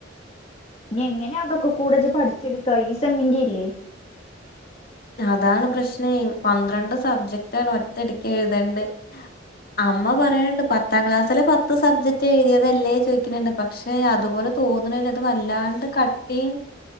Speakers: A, on the left; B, on the left.
A: ഇനി എങ്ങനെ അതൊക്കെ കൂടത പഠിച്ചെടുക്കാ ഈ സമയന്റെല്ലേ
B: അതാണ് പ്രശ്നം പന്ത്രണ്ട് സബ്ജക്ട ആാണ് ഒറ്റടിക്ക് എഴുതേണ്ട് അമ്മ പറയണണ്ട് പത്താം ക്ലാസ്സില് പത്ത് സബ്ജക്ട് എഴുതിയതല്ലേ ചോദിക്കണണ്ട് പക്ഷെ അതുപോലെ തോന്നണില്ല അത് വല്ലാണ്ട് കട്ടിയും